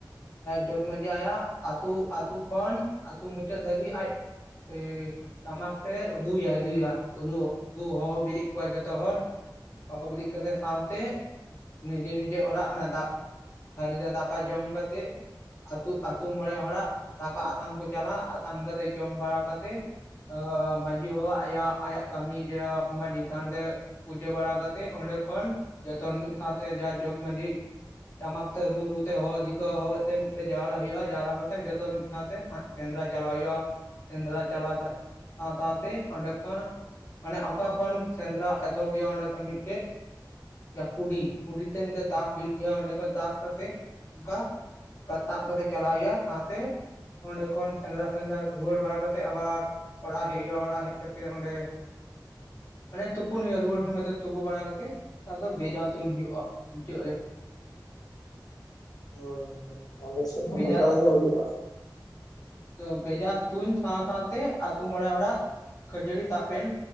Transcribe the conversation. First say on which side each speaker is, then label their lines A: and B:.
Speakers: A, on the left; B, on the left.
A: ᱡᱚᱜᱽ ᱢᱟᱹᱡᱷᱤ ᱟᱭᱟᱜ ᱟᱹᱛᱩ ᱟᱹᱛᱩ ᱠᱷᱚᱱ ᱟᱹᱛᱩ ᱢᱩᱪᱟᱹᱫ ᱫᱷᱟᱵᱤᱪ ᱟᱡ ᱤ ᱴᱟᱢᱟᱠ ᱛᱮ ᱨᱩᱟᱭ ᱨᱩᱭᱟ ᱨᱩ, ᱨᱩ ᱦᱚᱦᱚ ᱵᱤᱨᱮᱫ ᱠᱚᱣᱟᱭ ᱡᱚᱛᱚ ᱦᱚᱲ ᱦᱚᱦᱚ ᱵᱮᱨᱤᱫ ᱠᱟᱛᱮ ᱥᱟᱶᱛᱮ, ᱱᱤᱡᱮ ᱱᱤᱡᱮ ᱚᱲᱟᱜ ᱚᱱᱟ ᱫᱟᱜ ᱛᱷᱟᱹᱨᱤ ᱨᱮ ᱫᱟᱠᱟ ᱡᱚᱢ ᱠᱟᱛᱮ, ᱟᱹᱛᱩ ᱟᱛᱳ ᱢᱲᱮ ᱦᱚᱲᱟᱜ ᱫᱟᱠᱟ ᱟᱛᱟᱝ ᱠᱚ ᱪᱟᱞᱟᱜᱼᱟ, ᱟᱛᱟᱝ ᱠᱟᱛᱮ ᱡᱚᱢ ᱵᱟᱲᱟ ᱠᱟᱛᱮ ᱚᱻ ᱢᱟᱺᱡᱷᱤ ᱵᱟᱵᱟ ᱟᱭᱟᱜ ᱟᱭᱟᱜ ᱠᱟᱹᱢᱤ ᱡᱟ ᱢᱟᱹᱡᱷᱤ ᱛᱷᱟᱱ ᱨᱮ, ᱯᱩᱡᱟᱹ ᱵᱟᱲᱟ ᱠᱟᱛᱮᱫ ᱚᱸᱰᱮ ᱠᱷᱚᱱ ᱡᱚᱛᱚ ᱢᱤᱫ ᱥᱟᱶᱛᱮ ᱡᱟᱦᱟ ᱡᱚᱜᱽ ᱢᱟᱺᱡᱷᱤ ᱴᱟᱢᱟᱠᱛᱮ ᱨᱩ ᱨᱩ ᱛᱮ ᱦᱚᱦ ᱤᱫᱤ ᱠᱣᱭᱟ ᱦᱚᱦ ᱢᱤᱫᱴᱮᱡ ᱡᱟᱣᱨᱟ ᱦᱩᱭᱩᱜᱼᱟ, ᱡᱟᱣᱨᱟ ᱠᱟᱛᱮᱜ ᱡᱚᱛᱚ ᱢᱤᱫ ᱥᱟᱶᱛᱮ ᱦᱟᱜ ᱥᱮᱸᱫᱽᱨᱟ ᱪᱟᱞᱟᱜ ᱦᱩᱭᱩᱜᱼᱟ᱾ ᱥᱮᱸᱫᱽᱨᱟ ᱪᱟᱞᱟᱣ ᱪᱟ ᱥᱟᱶ ᱥᱟᱶᱛᱮ ᱚᱸᱰᱮ ᱠᱷᱚᱱ ᱢᱟᱱᱮ ᱚᱠᱟ ᱠᱷᱚᱱ ᱥᱮᱸᱫᱽᱨᱟ ᱮᱛᱚᱦᱚᱵ ᱦᱩᱭᱩᱜᱼᱟ, ᱚᱸᱰᱮ ᱠᱷᱚᱱ ᱢᱤᱫᱴᱮᱡ ᱠᱩᱰᱤ ᱠᱩᱰᱤ ᱛᱮ ᱢᱤᱫ ᱫᱟᱜᱽ ᱦᱩᱭᱩᱜ ᱜᱮᱭᱟ, ᱚᱸᱰᱮ ᱠᱷᱚᱱ ᱫᱟᱜ ᱠᱟᱛᱮᱜ ᱚᱱᱠᱟ ᱜᱟᱛᱟᱜ ᱠᱟᱛᱮ ᱪᱟᱞᱟᱣ ᱦᱩᱭᱩᱼᱟ, ᱥᱟᱶᱛᱮ ᱚᱸᱰᱮ ᱠᱷᱚᱱ ᱥᱮᱸᱫᱽᱨᱟ ᱥᱮᱸᱫᱽᱨᱟ, ᱨᱩᱣᱟᱹᱲ ᱵᱟᱲᱟ ᱠᱟᱛᱮ ᱟᱵᱟᱨ ᱚᱲᱟᱜ ᱦᱮᱡ ᱦᱩᱭᱩᱜᱼᱟ, ᱚᱲᱟᱜ ᱦᱮᱡ ᱠᱟᱛᱮᱜ ᱚᱸᱰᱮ ᱢᱟᱱᱮ ᱛᱩᱯᱩᱱ ᱦᱩᱭᱩᱜᱼᱟ, ᱨᱩᱣᱟᱹᱲ ᱥᱚᱢᱚᱭ ᱫᱚ ᱛᱩᱯᱩ ᱵᱟᱲᱟ ᱠᱟᱛᱮᱫ ᱟᱫᱚ ᱵᱷᱮᱡᱟ ᱛᱩᱱ ᱦᱩᱭᱩᱜᱼᱟ ᱢᱩᱪᱟᱹᱫ ᱨᱮ᱾
B: ᱦᱳᱭ ᱦᱳᱭ, ᱟᱞᱮ ᱥᱮᱫ ᱦᱚᱸ
A: ᱵᱷᱮᱡᱟ
B: ᱚᱱᱠᱟ ᱜᱮ ᱦᱩᱭᱩᱜᱼᱟ᱾
A: ᱛᱚ ᱵᱷᱮᱡᱟ ᱛᱩᱧ ᱥᱟᱶ ᱥᱟᱶᱛᱮ ᱟᱛᱳ ᱢᱚᱬᱮ ᱦᱚᱲᱟᱜ ᱠᱷᱟᱹᱡᱟᱹᱲᱤ ᱛᱟᱯᱮᱱ